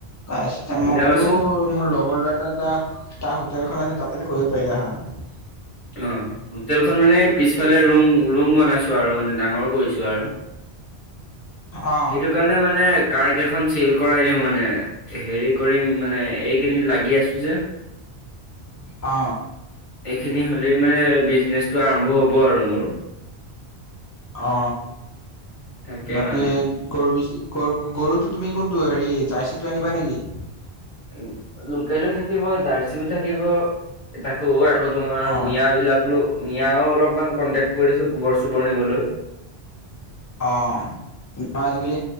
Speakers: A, on the left; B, on the left.
A: আচ্ছা
B: মিলাবাচোন
A: মই ক'লো মোৰ লগৰ ল'ৰা এটা টা তাৰ হোটেল এখন আছে তাতে কৰিব পাৰিলা হয়।
B: অ হোটেলখন মানে পিছফালে ৰুম ৰুম বনাইছো আৰু মানে ডাঙৰ কৰিছো আৰু
A: অ
B: সেইটো সেই কাৰণে মানে কাৰ কেইখন চিল কৰাই দিও মানে হেৰি কৰিম মানে এইকেইদিন লাগি আছো যে।
A: অ
B: এইখিনি হ'লেই মানে বিজনেচটো আৰম্ভ হ'ব আৰু মোৰ।
A: অ
B: থাকে
A: বাকী
B: মানে
A: গৰু বেছি গৰু গৰুটো তুমি কোনটো হেৰি জাৰ্চিটো আনিবা নেকি
B: উম লোকেলো থাকিব জাৰ্চিও থাকিব তাকো আকৌ তোমাৰ
A: অ
B: মিয়া বিলাক বোলো মিয়াও অলপমান কণ্টেক কৰিছো গোবৰ চোবৰ নিবলৈ
A: অ তোমাৰ আজিকালি